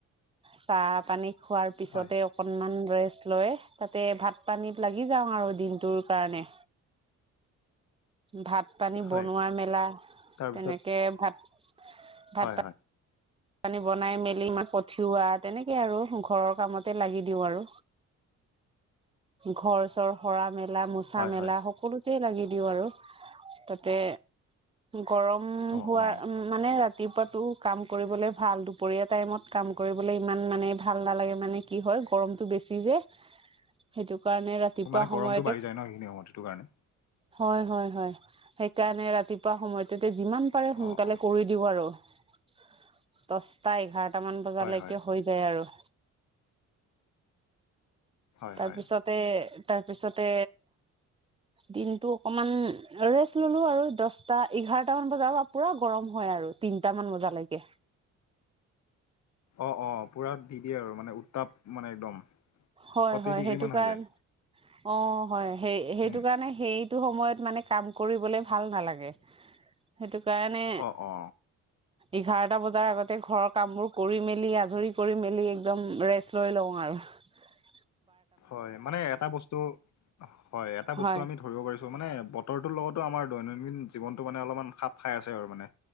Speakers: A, on the right; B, on the left.
A: চাহ খোৱাৰ পিছতে
B: হয়
A: অকনমান ৰেষ্ট। লৈ তাতে ভাত পানীত লাগি যাওঁ আৰু দিনটোৰ কাৰণে ভাত -পানী
B: হয়
A: বনোৱা মেলা,
B: তাৰপিছত
A: তেনেকে ভাত ভাত
B: হয়
A: পা
B: হয়।
A: পানী বনাই মেলি ই মাক পঠিওৱা, তেনেকে আৰু ঘৰৰ কামতে লাগি দিওঁ আৰু। ঘৰ -চৰ সৰা মেলা মোচা-
B: হয়
A: মেলা
B: হয়
A: সকলো ততে লাগি দিওঁ আৰু তাতে গৰম
B: অ
A: হোৱাৰ
B: অ
A: উম মানে ৰা ৰাতিপুৱাটো কাম কৰিবলৈ ভাল। দুপৰীয়া টাইমত কাম কৰিবলৈ ইমান মানে ভাল নালাগে মানে কি হয় গৰমটো বেছি যে। সেইটো কাৰণে ৰাতিপুৱা
B: মানে
A: সময়তে
B: গৰমটো বাঢ়ি যায় ন সেইখিনি সময়ত সেইটো কাৰণে
A: হয় হয় হয়, সেইকাৰণে ৰাতিপুৱা সময়তে যিমান পাৰে সোনকালে
B: অ অ
A: কৰি দিওঁ আৰু দছটা- এঘাৰ এটামান বজালৈকে
B: হয় হয়
A: হৈ যায় আৰু।
B: হয়
A: তাৰপিছতে-
B: হয়
A: তাৰপিছতে দিনটো অকমান ৰেষ্ট ললো আৰু দশটা এঘাৰটা মান বজাৰ পৰা পুৰা গৰম হয় আৰু। তিনটামান বজালৈকে।
B: অ অ পূৰা দি দিয়ে আৰু মানে উত্তাপ মানে একদম।
A: হয়
B: ফৰ্টি
A: হয়
B: ডিগ্ৰী
A: সেইটো
B: মান
A: কাৰণ,
B: হৈ যায়
A: অ হয় সেই সেইটো
B: উম
A: কাৰণে সেই সেইটো সময়ত মানে কাম কৰিবলৈ ভাল নালাগে। সেইটো কাৰণে
B: অ অ
A: এঘাৰটা বজাৰ আগতে ঘৰৰ কামবোৰ কৰি মেলি আজৰি কৰি মেলি একদম ৰেষ্ট লৈ লও আৰু। আহ
B: হয় মানে এটা বস্তু হয় এটা বস্তু
A: হয়
B: আমি ধৰিব পাৰিছো মানে বতৰটোৰ লগতো আমাৰ দৈনন্দিন জীৱনটো মানে অলপমান খাপ খাই আছে আৰু মানে।